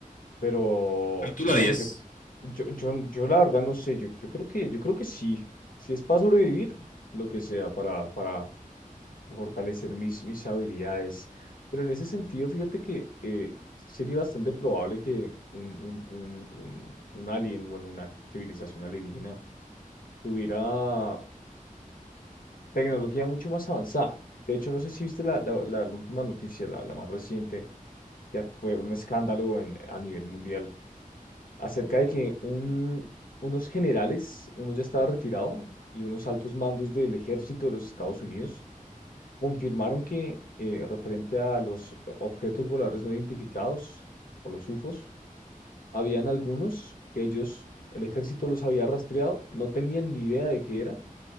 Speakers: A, on the left; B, on the left.
A: Pero
B: Pero tú
A: bueno,
B: lo harías.
A: yo, yo, yo, yo la verdad no sé, yo, yo creo que, yo creo que sí, si es para sobrevivir, lo que sea, para, para fortalecer mis, mis habilidades. Pero en ese sentido, fíjate que eh, sería bastante probable que un, un, un, un un alien, bueno, una civilización alienígena, tuviera tecnología mucho más avanzada. De hecho, no sé si viste la, la, la última noticia, la, la más reciente, que fue un escándalo en, a nivel mundial acerca de que un- unos generales, uno ya estaba retirado, y unos altos mandos del ejército de los Estados Unidos confirmaron que, eh, referente a los objetos voladores no identificados, o los UFOs, habían algunos que ellos, el ejército los había rastreado, no tenían ni idea de qué era,